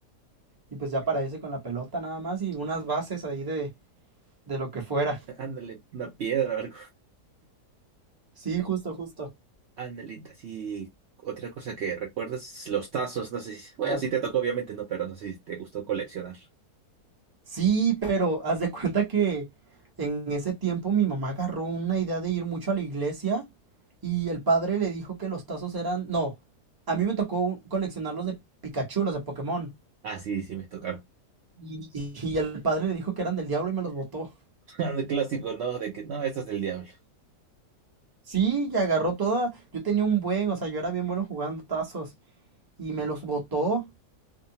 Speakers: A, on the right; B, on the right.
A: Y pues ya para ese con la pelota nada más y unas bases ahí de, de lo que fuera.
B: Ándale, una piedra,
A: Sí, justo, justo.
B: Anelita, sí. Otra cosa que recuerdas, los tazos, no sé si... Bueno,
A: Lo-
B: sí te tocó, obviamente, no, pero no sé si te gustó coleccionar.
A: Sí, pero haz de cuenta que en ese tiempo mi mamá agarró una idea de ir mucho a la iglesia y el padre le dijo que los tazos eran... No, a mí me tocó coleccionarlos de Pikachu, los de Pokémon.
B: Ah, sí, sí me tocaron.
A: Y, y- y el padre le dijo que eran del diablo y me los botó.
B: <laughs> El clásico, ¿no? De que, no, esto es del diablo.
A: Sí, y agarró toda. Yo tenía un buen, o sea, yo era bien bueno jugando tazos. Y me los botó.